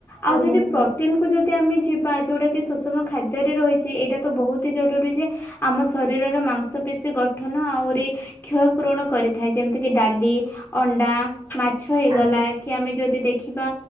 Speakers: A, on the left; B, on the right.
A: ଆଉ
B: ଆଜ୍ଞା
A: ଯଦି
B: ମ୍ୟାଡ଼ାମ
A: ପ୍ରୋଟିନ କୁ ଯଦି ଆମେ ଜି ବା ଯଉଁଟାକି ସୁଷମ ଖାଦ୍ୟରେ ରହିଚି ଏଇଟା ତ ବହୁତ ହି ଜରୁରୀ ଯେ ଆମ ଶରୀରର ମାଂସ ପେଶୀ ଗଠନ ଆଉରି କ୍ଷୟ ପୂରଣ କରିଥାଏ ଯେମିତି କିି ଡାଲି ଅଣ୍ଡା ମାଛ ହେଇଗଲା।
B: ଆଜ୍ଞା।
A: କି ଆମେ ଯଦି ଦେଖିବା